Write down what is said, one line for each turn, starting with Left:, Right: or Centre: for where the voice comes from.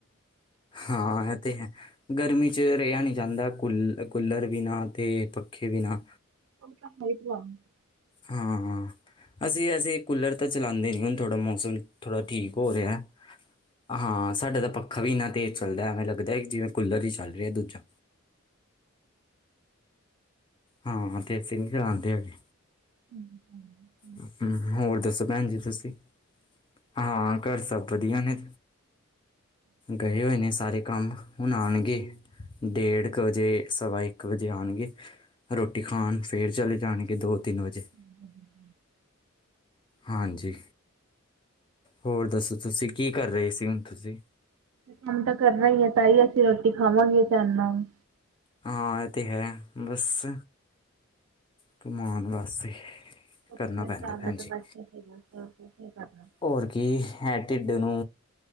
Left: ਹਾਂ, ਇਹ ਤੇ ਹੈ ਗਰਮੀ ਚ' ਰਿਹਾ ਨਈ ਜਾਂਦਾ ਕੂ ਕੂਲਰ ਬਿਨਾਂ ਤੇ ਪੱਖੇ ਬਿਨਾਂ।
Right: <unintelligible>
Left: ਹਾਂ- ਹਾਂ, ਅਸੀਂ- ਅਸੀਂ ਕੂਲਰ ਤਾਂ ਚਲਾਉਂਦੇ ਨੀ ਥੋੜ੍ਹਾ ਮੌਸਮ ਥੋੜਾ ਠੀਕ ਹੋ ਰਿਆ। ਹਾਂ ਸਾਡਾ ਤਾਂ ਪੱਖਾ ਵੀ ਇੰਨਾ ਤੇਜ਼ ਚੱਲਦਾ ਐਵੇਂ ਲੱਗਦਾ ਜਿਵੇਂ ਕੂਲਰ ਹੀ ਚੱਲ ਰਿਹਾ ਦੂਜਾ। ਹਾਂ- ਹਾਂ, ਤੇ ਅਸੀ ਨਹੀਂ ਚਲਾਂਦੇ ਹੈਗੇ।
Right: ਹੂੰ, ਹੂੰ
Left: ਹ ਹੋਰ ਦੱਸੋ ਭੈਣ ਜੀ ਤੁਸੀਂ ਹਾਂ ਘਰ ਸਭ ਵਧੀਆ ਨੇ? ਗਏ ਹੋਏ ਨੇ ਸਾਰੇ ਕੰਮ। ਹਹੁਨ ਆਨਗੇ ਡੇਢ ਕੁ ਵਜੇ ਸਵਾ ਏਕ ਇੱਕ ਵਜੇ ਆਨਗੇ ਰੋਟੀ ਖਾਨ ਫੇਰ ਚਲੇ ਜਾਣਗੇ ਦੋ-ਤਿੰਨ ਵਜੇ।
Right: ਹੱ
Left: ਹਾਂਜੀ, ਹੋਰ ਦੱਸੋ ਤੁਸੀਂ ਕੀ ਕਰ ਰਹੇ ਸੀ ਹੁਣ ਤੁਸੀਂ?
Right: ਕੰਮ ਤਾਂ ਕਰਨਾ ਈ ਏ ਤਾਂ ਈ ਅਸੀਂ ਰੋਟੀ ਖਾਵਾਂਗੇ ਚੈਨ ਨਾਲ
Left: ਹਾਂ ਐ ਤੇ ਹੈ ਬਸ ਕਮਾਨ ਵਾਸਤੇ
Right: ਅਪਣੇ
Left: ਕਰਨਾ ਪੈਂਦਾ
Right: ਪਰਾ
Left: ਭੈਣ
Right: ਦਾ
Left: ਜੀ
Right: ਤਾਂ ਬਸ ਕੁੱਛ ਨਾ ਪੁਛੋ ਓ ਕੁਛ ਨੀ ਕਰਦਾ
Left: ਹੋਰ ਕੀ ਹੈ ਢਿੱਡ ਨੂੰ